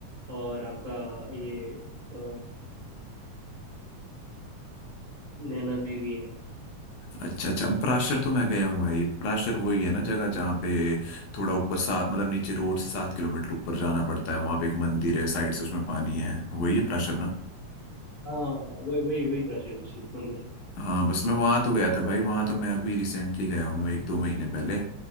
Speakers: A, on the left (about 45°); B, on the left (about 80°).
A: और आपका ये अ, नैना देवी है
B: अच्छा अच्छा पराशर तो मैं गया हूँ भाई पराशर वही है ना जगह जहाँ पे थोड़ा ऊपर सात मतलब नीचे रोड से सात किलोमीटर ऊपर जाना पड़ता है वहाँ पे एक मंदिर है साइड से उसमें पानी है वही है पराशर ना
A: हाँ हाँ, वही वही वही पराशर ऋषि मंदिर
B: हाँ बस मैं वहाँ तो गया था भाई वहाँ तो मैं अभी रिसेंटली गया हूँ एक दो महीने पहले